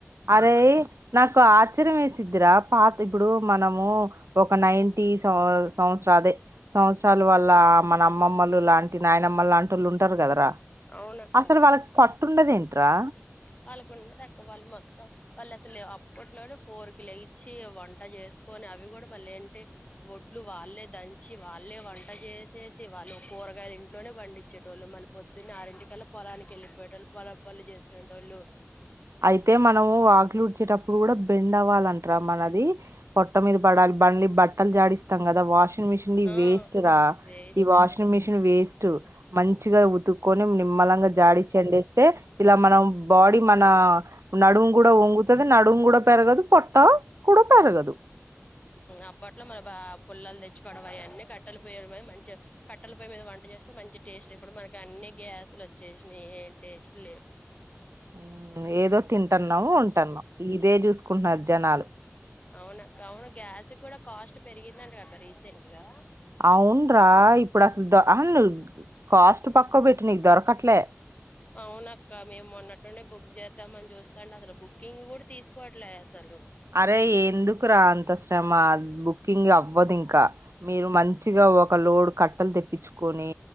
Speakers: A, on the right; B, on the left.
A: అరే నాకు ఆశ్చర్యం వేసిదిరా పాత ఇప్పుడు మనం ఒక నైన్ టి సంవత్సరా అదే సంవత్సరాల వల్ల మన అమ్మమ్మలు లాంటి నాయనమ్మలు లాంటి వాళ్ళు ఉంటారు కదరా
B: అవునక్క
A: అసలు వాళ్ళకి పట్టుండద ఏంట్రా
B: వాళ్ళకుండేదిక్క వాళ్ళు మొత్తం వాళ్ళు అసలు అప్పట్లోనే ఫోర్ కి లేయిచ్చి వంట చేస్త కొని అవి కూడా మళ్ళ ఏంటి ఒడ్లు వాళ్ళ దంచి వాళ్ళ వంట చేసేసి వాళ్ళు కూరగాయ ఇంట్నే పండించే వాళ్ళు మన పొద్దున్న ఆరింటికిల్లా పొలానికి వెళ్లిపోయే వాళ్ళ పొల పలు చేసుకునే టోలు
A: అయితే మనము వాకలు ఉడిచేటప్పుడు కూడా బెండ్ అవ్వాలింటార మనది పొట్ట మీద పడాలి బండ్లి బట్టలు జాడిస్త కద వాషింగ్ మిషన్
B: ఆ
A: వేస్ట్ రా
B: వేస్ట్
A: ఈ వాషింగ్
B: అసలు
A: మిషన్ వేస్ట్ మంచిగా ని నిమ్మలంగా జాడి చెండేస్తే ఇలా మనం బాడీ మ నా నడువు కూడా వంగుతుది నడు కూడా పెరగదు పొట్ట కూడా పెరగదు
B: అప్పట్లో మన బ పుల్లలు తెచ్చుకోవడ అవన్నీ కట్టలు పోయడం మంచిగా కట్టలు మీద వంట చేస్తే మంచి టేస్ట్ ఇప్పుడు మనకి అన్ని గ్యాస్లు వచ్చేసినాయి ఏం టేస్ట్ లేవు
A: ఉమ్, ఏదో తింటున్నాము ఉంటున్నాం ఇదే చూసుకుంటున్నారు జనాలు
B: అవున అవును గ్యాస్ కూడా కాస్ట్ పెరిగిందండి అక్క రీసెంట్ గా
A: అవున్రా ఇప్పుడు అసలు ద అను కాస్ట్ పక్క పెట్టు నీకు దొరకట్లే
B: అవునక్క మేము మొన్నట్టుండే బుక్ చేద్దామ అని చూస్తాంటే అసలు బుకింగ్ కూడా తీసుకోవట్లే అసలు
A: అరే ఎందుకు రా అంత శ్రమ బుకింగ్ అవ్వదు ఇంకా మీరు మంచిగా ఒక లోడ్ కట్టలు తెప్పించుకొని